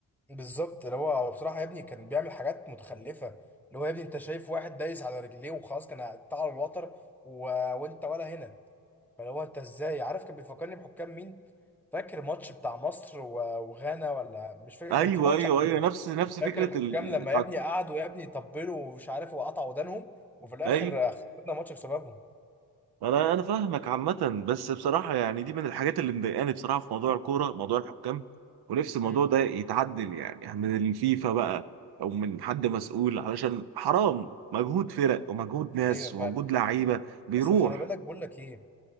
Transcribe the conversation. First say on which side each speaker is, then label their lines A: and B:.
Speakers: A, in the centre; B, on the right (about 75°).
A: بالظبط اللي هو هو بصراحه يا ابني كان بيعمل حاجات متخلفه اللي هو يا ابني انت شايف واحد دايس على رجليه وخلاص كان قطع على الوتر و... وانت ولا هنا فلو انت ازاي عارف كان بيفكرني بحكام مين فاكر ماتش بتاع مصر و- وغانا ولا مش فاكر
B: ايوه
A: كان في ماتش
B: ايوه
A: عامل-
B: ايوه نفس نفس
A: فاكر
B: فكرة
A: الحكام
B: الحكم
A: لما يا ابني قعدوا يا ابني يطبلوا ومش عارف وقطعوا ودانهم وفي الاخر
B: ايوه
A: خسرنا ماتش بسببهم
B: انا انا فاهمك عامه بس بصراحه يعني دي من الحاجات اللي مضايقاني بصراحه في موضوع الكوره موضوع الحكام ونفسي الموضوع
A: مم.
B: ده يتعدل يعني يعني من الفيفا بقى او من حد مسؤول علشان حرام مجهود فرق ومجهود ناس
A: ايوه فعلا
B: ومجهود لعيبه بيروح
A: بس خلي بالك بقول لك ايه